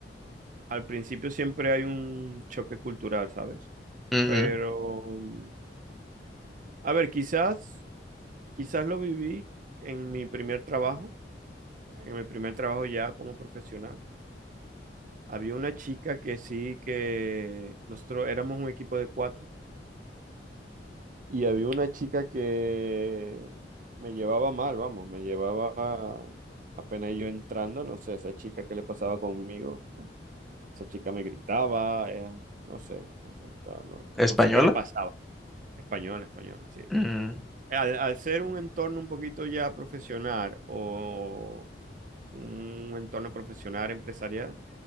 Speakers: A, on the right; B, in the centre.
A: al principio siempre hay un choque cultural, ¿sabes?
B: Ujú.
A: Pero, mm, a ver, quizás, quizás lo viví en mi primer trabajo, en mi primer trabajo ya como profesional Había una chica que sí, que nosotros éramos un equipo de cuatro y había una chica que me llevaba mal, vamos, me llevaba apenas yo entrando, no sé, esa chica que le pasaba conmigo, esa chica me gritaba, eh, no sé, no sé, estaba- no,
B: ¿Española?
A: no sé qué le pasaba. Española, española, sí.
B: Ujú,
A: Al, al ser un entorno un poquito ya profesional o un entorno profesional empresarial,